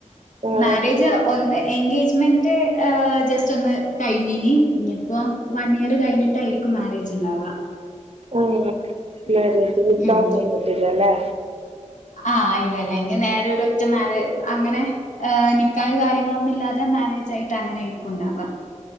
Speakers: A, on the right; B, on the left.
A: ആഹ്
B: മാരേജ് ഒന്ന് എൻഗേജ്മെന്റ് ജസ്റ്റ് ഒന്ന് കഴിഞ്ഞിന് ഇനിയിപ്പം വൺ ഇയർ കഴിഞ്ഞിട്ടായിരിക്കും മാരേജ് ഉണ്ടാവാം
A: ഓ മാര്യേജ് നിക്കാഹ്
B: ഉം
A: കഴിഞ്ഞിട്ടില്ലലേ
B: ആഹ് ഇല്ല ഇല്ല ഇനി നേരെ ഒരു ഒറ്റ മാരേജ് അങ്ങനെ നിക്കാഹ് കാര്യങ്ങളൊന്നും ഇല്ലാതെ മാരേജായിട്ട് അങ്ങനെ ആയിരിക്കുംണ്ടാവ